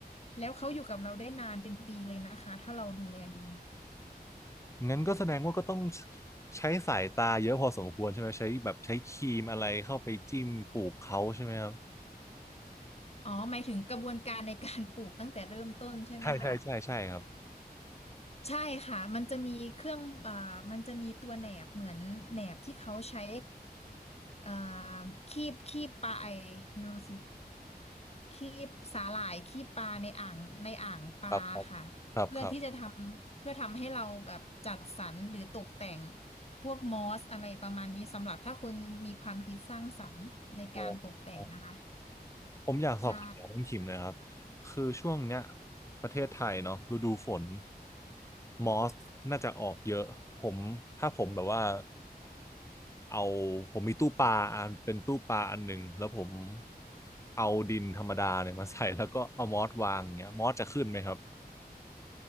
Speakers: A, on the left; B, on the left.
A: แล้วเขาอยู่กับเราได้นานเป็นปีเลยนะคะถ้าเราดูแลดี
B: งั้นก็แสดงว่าก็ต้องใช้สายตาเยอะพอสมควรใช่ไหมใช้แบบใช้ครีมอะไรเข้าไปจิ้มปลูกเขาใช่ไหมครับ
A: อ๋อหมายถึงกระบวนการในการปลูกตั้งแต่เริ่มต้นใช่ไหมคะ
B: ใช่ใช่ใช่ใช่ครับ
A: ใช่ค่ะ มันจะมีเครื่องอ่ามันจะมีตัวแหนบเหมือนแหนบที่เขาใช้อ่าคีบคีบปลาไอเนอะสิคีบสาหร่ายคีบปลาในอ่างในอ่างปลาค่ะ
B: ครับครับครับครับ
A: เพื่อที่จะทำเพื่อทำให้เราแบบจัดสรรหรือตกแต่งพวกมอสอะไรประมาณนี้สำหรับถ้าคุณมีความคิดสร้างสรรค์ในการตกแต่งนะคะ
B: โอ้โห ผมอยากสอบถามคุณขิมหนะครับ
A: ใช่
B: คือช่วงเนี้ยประเทศไทยเนาะฤดูฝนมอสน่าจะออกเยอะผมถ้าผมแบบว่าเอาผมมีตู้ปลาอันเป็นตู้ปลาอันหนึ่งแล้วผมเอาดินธรรมดาเนี่ยมาใส่แล้วก็เอามอสวางเงี้ยมอสจะขึ้นไหมครับ